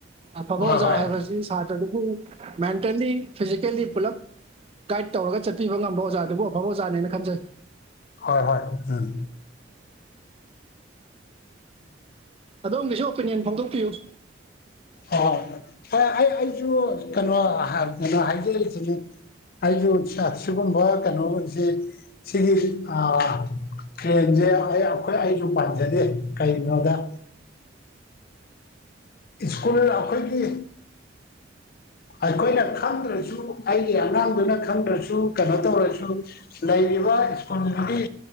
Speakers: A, on the right; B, on the left.
A: ꯑꯐꯕ
B: ꯍꯣꯏ
A: ꯑꯣꯖꯥ
B: ꯍꯣꯏ
A: ꯍꯥꯏꯕꯁꯤ ꯁꯥꯥꯇ꯭ꯔ ꯗꯨꯕꯨ ꯃꯦꯟꯇꯦꯜꯂꯤ ꯐꯤꯖꯤꯀꯦꯜꯂꯤ ꯄꯨꯂꯞ ꯒꯥꯏꯗ ꯇꯧꯔꯒ ꯆꯠꯄꯤꯕ ꯉꯝꯕ ꯑꯣꯖꯥꯗꯨꯕꯨ ꯑꯐꯕ ꯑꯣꯖꯥꯅꯦꯅ ꯈꯟꯖꯩ꯫
B: ꯍꯣꯏ ꯍꯣꯏ ꯎꯝ꯫
A: ꯑꯗꯣꯝꯒꯤꯁꯨ ꯑꯣꯄꯤꯅꯤꯌꯟ ꯐꯣꯡꯗꯣꯛꯄꯤꯌꯨ꯫
B: ꯑꯣ ꯍꯣꯏ ꯑꯩ ꯑꯩꯁꯨ ꯀꯩꯅꯣ ꯍꯥ ꯀꯩꯅꯣ ꯍꯥꯏꯖꯔꯤꯁꯤꯅꯤ ꯑꯩꯁꯨ ꯁ ꯁꯤꯒꯨꯝꯕ ꯀꯩꯅꯣꯁꯤ ꯁꯤꯒꯤ ꯑ ꯇ꯭ꯔꯦꯟꯁꯦ ꯑꯩ ꯑꯩꯈꯣꯏ ꯑꯩꯁꯨ ꯄꯥꯝꯖꯗꯦ ꯀꯩꯒꯤꯅꯣꯗ- ꯁ꯭ꯀꯨꯜ ꯑꯩꯈꯣꯏꯒꯤ ꯑꯩꯈꯣꯏꯅ ꯈꯪꯗ꯭ꯔꯁꯨ ꯑꯩꯒꯤ ꯑꯉꯥꯡꯗꯨꯅ ꯈꯪꯗ꯭ꯔꯁꯨ ꯀꯩꯅꯣ ꯇꯧꯔꯁꯨ ꯂꯩꯔꯤꯕ ꯁ꯭ꯀꯨꯜꯗꯨꯒꯤ